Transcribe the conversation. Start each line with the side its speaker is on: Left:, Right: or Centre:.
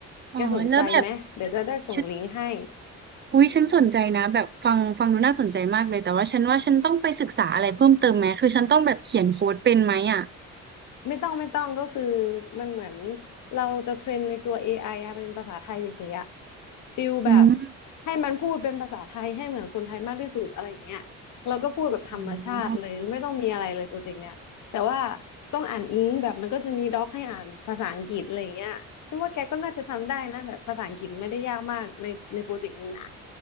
Right: อ๋อแล้วแบบ
Left: แกสนใจไหม เดี๋ยวจะได้ส่งลิงก์ให้
Right: ฉันอุ๊ยฉันสนใจนะแบบฟังฟังดูน่าสนใจมากเลยแต่ว่าฉันว่าฉันต้องไปศึกษาอะไรเพิ่มเติมไหมคือฉันต้องแบบเขียนโค้ดเป็นไหมอ่ะ
Left: ไม่ต้องไม่ต้องก็คือมันเหมือนเราจะเทรนในตัว AI อไออะเป็นภาษาไทยเฉยๆอะฟิลแบบ
Right: อืม
Left: ให้มันพูดเป็นภาษาไทยให้เหมือนคนไทยมากที่สุดอะไรอย่างเงี้ยเราก็พูดแบบธรรมชาติเลยไม่ต้องมีอะไรเลยโปรเจกต์เนี้ยแต่ว่า
Right: อ๋อ
Left: ต้องอ่านอิงแบบมันก็จะมีด็อกให้อ่านภาษาอังกฤษอะไรอย่างเงี้ยฉันว่าแกก็น่าจะทำได้นะแบบภาษาอังกฤษไม่ได้ยากมากในในโปรเจกต์นี้นะ